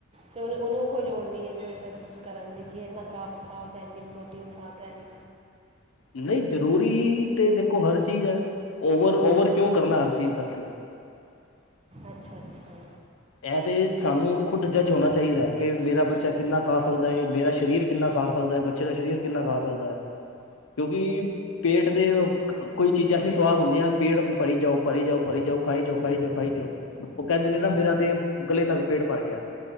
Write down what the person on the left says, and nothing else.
ਨਈਂ ਜ਼ਰੂਰੀ ਤੇ ਦੇਖੋ ਹਰ ਚੀਜ਼ ਐ ਓਵਰ-ਓਵਰ ਕਿਉਂ ਕਰਨਾ ਹਰ ਚੀਜ਼ ਦੱਸ।
ਇਹ ਤੇ ਸਾਨੂੰ ਖੁੱਦ ਜੱਜ ਹੋਣਾ ਚਾਈਦਾ ਐ ਕਿ ਮੇਰਾ ਬੱਚਾ ਕਿੰਨਾ ਖਾ ਸਕਦਾ ਐ। ਮੇਰਾ ਸਰੀਰ ਕਿੰਨਾ ਖਾ ਸਕਦਾ ਐ। ਬੱਚੇ ਦਾ ਸਰੀਰ ਕਿੰਨਾ ਖਾ ਸਕਦਾ ਐ ਕਿਉਂਕਿ ਪੇਟ ਦੇ ਕੋਈ ਚੀਜ਼ਾਂ ਏਸੀ ਸਵਾਦ ਹੁੰਦੀਆਂ ਪੇਟ ਭਰੀ ਜਾਓ, ਭਰੀ ਜਾਓ, ਭਰੀ ਜਾਓ, ਖਾਈ ਜਾਓ, ਖਾਈ ਜਾਓ, ਖਾਈ ਜਾਓ। ਉਹ ਕੈਂਦੇ ਨੇ ਨਾ ਮੇਰਾ ਤੇ ਗਲੇ ਤੱਕ ਪੇਟ ਭਰ ਗਿਆ।